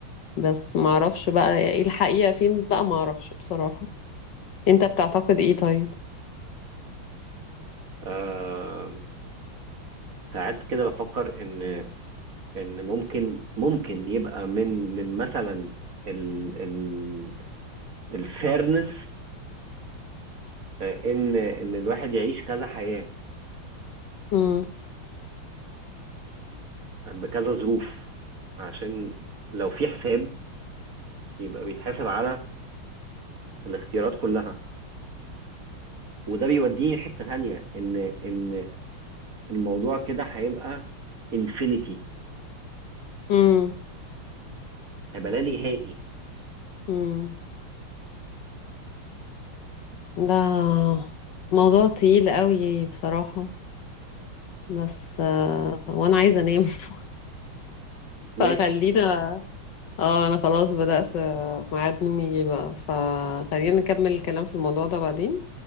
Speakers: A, on the left (about 65°); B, on the right (about 45°).
A: بس معرفش بقى ايه الحقيقة فين بقى معرفش بصراحة انت بتعتقد ايه طيب
B: آه ساعات كده بفكر ان ان ممكن ممكن يبقى من من مثلا ال ال الفيرنس ان ان الواحد يعيش كذا حياة
A: امم
B: بكذا ظروف عشان لو في حساب يبقى بيتحاسب على الاختيارات كلها وده بيوديني حتة تانية ان ان الموضوع كده هيبقى انفينيتي
A: امم
B: هيبقى لا نهائي
A: امم ده موضوع تقيل قوي بصراحة بس آه، وانا عايزة انام <laughs>
B: ماشي
A: فخلينا اه انا خلاص بدأت آه، ميعاد نومي يجي بقى فخلينا نكمل الكلام في الموضوع ده بعدين